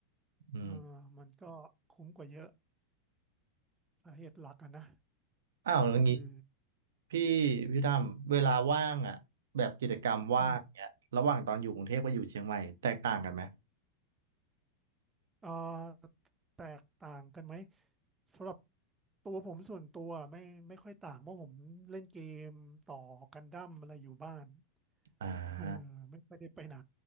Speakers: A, on the right; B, on the right.
A: อืม
B: เออมันก็คุ้มกว่าเยอะสาเหตุหลักอะนะ
A: อ้าวแล้วงี้
B: ก็คือ
A: พี่พี่ตั้มเวลาว่างอ่ะแบบกิจกรรมว่างเนี้ยระหว่างตอนอยู่กรุงเทพกับอยู่เชียงใหม่แตกต่างกันไหม
B: อืมเอ่อแตกต่างกันไหม สำหรับตัวผมส่วนตัวไม่ไม่ค่อยต่างเพราะผมเล่นเกมต่อกันดั้มอะไรอยู่บ้าน
A: อ่า
B: เออไม่ไม่ได้ไปไหน